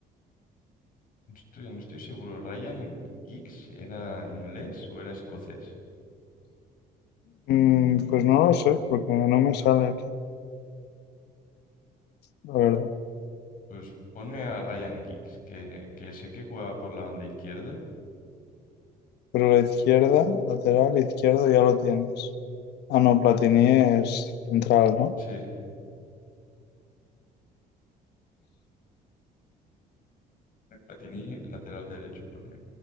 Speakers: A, on the left; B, on the left.
A: no estoy, no estoy seguro, ¿Ryan Giggs era inglés o era escocés?
B: mm, pues no lo sé, porque no me sale aquí, la verdad.
A: Pues ponme a Ryan Giggs, que, que sé que jugaba por la banda izquierda.
B: Pero la izquierda, lateral, izquierdo ya lo tienes. Ah, no, Platini es central, ¿no?
A: Sí, la tenía lateral derecho, ponme.